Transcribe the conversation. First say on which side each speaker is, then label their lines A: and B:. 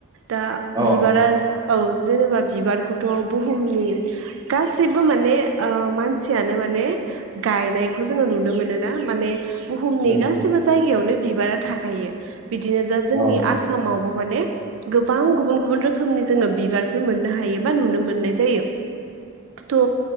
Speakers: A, on the right (about 75°); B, on the right (about 15°).
A: दा
B: अ
A: बिबारा औ जेनेबा बिबारखौथ' बुहुमनि गासैबो माने मानसियानो माने गनायखौ जो नुनो मोन ना माने बुहुमनि
B: उम
A: गासिबो जनो बिबारा थाखायो बिदिनो दा जोंनि
B: अ
A: आसामावबो माने गोबां गुबुन गुबुन रोखोमनि जोङो बिबारफोर मोननो हायो बा नुनो मोननाय जायो ट